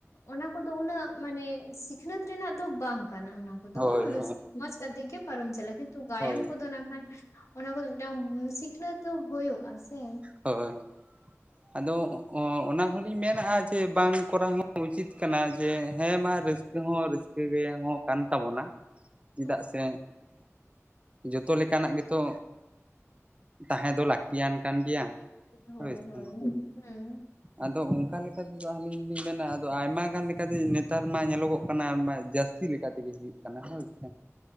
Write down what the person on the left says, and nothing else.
ᱚᱱᱟ ᱠᱚᱫᱚ ᱩᱱᱟᱹᱜ ᱢᱟᱱᱮ ᱥᱤᱠᱷᱱᱟᱹᱛ ᱨᱮᱱᱟᱜ ᱫᱚ ᱵᱟᱝ ᱠᱟᱱᱟ ᱚᱱᱟ ᱠᱚ᱾ ᱠᱚᱫᱚ
ᱨᱟᱹᱥᱠᱟᱹ
ᱢᱚᱡᱽ ᱠᱟᱛᱮ ᱜᱮ ᱯᱟᱨᱚᱢ ᱪᱟᱞᱟᱜᱼᱟ, ᱠᱤᱱᱛᱩ ᱜᱟᱭᱟᱱ
ᱠᱚᱫᱚ ᱱᱟᱠᱷᱟᱱ ᱚᱱᱟ ᱠᱚᱫᱚ ᱢᱤᱫ ᱴᱟᱝ ᱥᱤᱠᱷᱱᱟᱹᱛ ᱦᱩᱭᱩᱜᱼᱟ ᱥᱮ ᱾
<inaudible>
ᱦᱚᱭ
ᱦᱚᱭ ᱦᱩᱸ